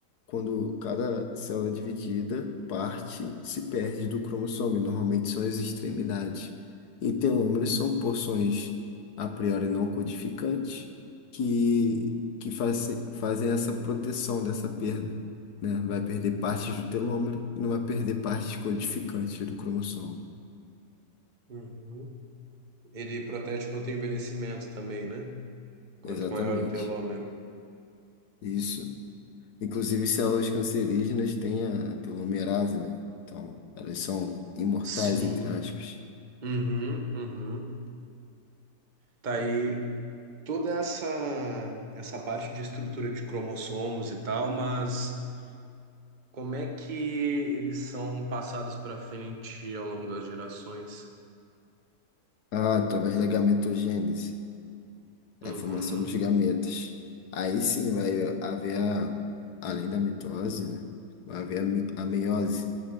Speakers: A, on the left (about 85°); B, on the right (about 35°).
A: quando cada célula é dividida, parte se perde do cromossomo, e normalmente são as extremidades. E telômeros são porções a priori não codificantes que, que fazem, fazem essa proteção dessa perda. Né? Vai perder partes do telômero e não vai perder partes codificantes do cromossomo.
B: uhum. Ele protege contra o envelhecimento também, né? Quanto
A: Exatamente.
B: maior o telômero.
A: Isso. Inclusive, células cancerígenas têm a telomerase, né? Então, elas são imortais,
B: Sim.
A: entre aspas.
B: Uhum, uhum. Tá aí toda essa essa parte de estrutura de cromossomos e tal, mas como é que eles são passados para frente ao longo das gerações?
A: Ah, através da gametogênese, é
B: Uhum.
A: a formação dos gametas. Aí sim vai haver a, além da mitose, né? Vai haver a, mi- a meiose.